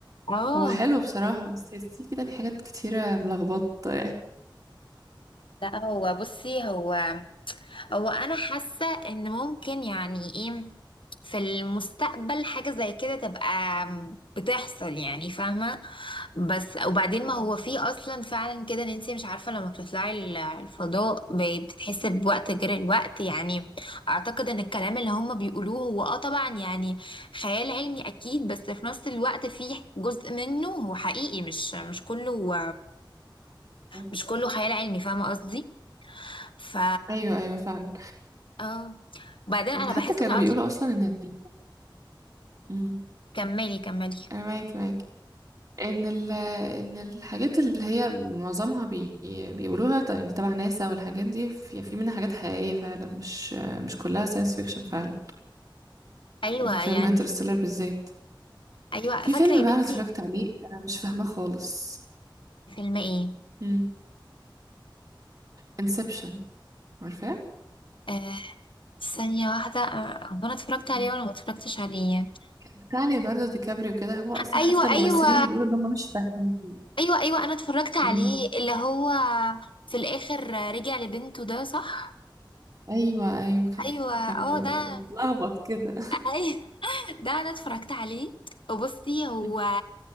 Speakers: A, on the left (about 80°); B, on the right (about 45°).
A: آه.
B: هو حلو بصراحة بس تحسيه كده في حاجات كتيرة ملخبطة يعني
A: لا هو بصي هو هو انا حاسه ان ممكن يعني ايه في المستقبل حاجه زي كده تبقى بتحصل يعني فاهمه بس وبعدين
B: مم.
A: ما هو في اصلا فعلا كده ان انت مش عارفه لما بتطلعي ال- الفضاء ب- بتتحسي بوقت غير الوقت يعني اعتقد ان الكلام اللي هم بيقولوه هو اه طبعا يعني خيال علمي اكيد بس في نفس الوقت في جزء منه هو حقيقي مش مش كله
B: مم.
A: مش كله خيال علمي فاهمه قصدي ف
B: ايوه ايوه فعلا
A: اه وبعدين انا
B: حتى
A: بحس
B: كانوا
A: ان قطر
B: بيقولوا اصلا ان ال- مم.
A: كملي كملي
B: انا معاكي معاكي ان ال... ان الحاجات اللي هي معظمها بي... بيقولوها ط- يعني تبع ناسا والحاجات دي في... في منها حاجات حقيقية فعلا مش مش كلها ساينس فيكشن فعلا
A: ايوه
B: فيلم
A: يعني
B: انترستيلر بالذات
A: ايوه
B: في
A: فاكره
B: فيلم
A: يا
B: بقى
A: بنتي
B: انا اتفرجت عليه انا مش فاهماه خالص
A: فيلم ايه
B: امم انسبشن عارفاه
A: آه ثانيه واحده آه، هو انا اتفرجت عليه
B: مم.
A: ولا ما اتفرجتش عليه
B: بتاع ليوناردو دي كابريو كده هو اصلا
A: ايوه
B: حتى الممثلين
A: ايوه
B: بيقولوا ان هم مش فاهمين
A: ايوه ايوه انا اتفرجت عليه
B: امم
A: اللي هو في الاخر رجع لبنته ده صح
B: ايوه ايوه كان
A: ايوه اه
B: كان م-
A: ده
B: متلخبط كده
A: ايوه <laughs> ده انا اتفرجت عليه وبصي هو
B: <laughs>